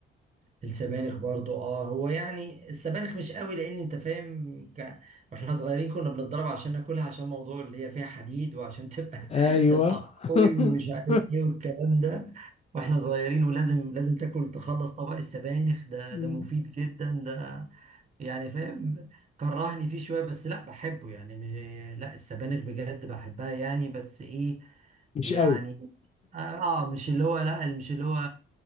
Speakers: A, on the right; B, on the left.
A: السبانخ برضو اه هو يعني السبانخ مش قوي لان انت فاهم ك... واحنا صغيرين كنا بنتضرب عشان ناكلها عشان موضوع اللي هي فيها حديد وعشان تبقى
B: ايوه
A: <laughs> تبقى قوي
B: <laughs>
A: ومش عارف ايه والكلام ده واحنا صغيرين ولازم لازم تاكل تخلص طبق السبانخ ده
B: م،
A: ده مفيد جدا ده يعني فاهم كرهني فيه شوية بس لا بحبه يعني م- لا السبانخ بجد بحبها يعني بس ايه
B: مش
A: يعني
B: قوي
A: اه آه، مش اللي هو لا مش اللي هو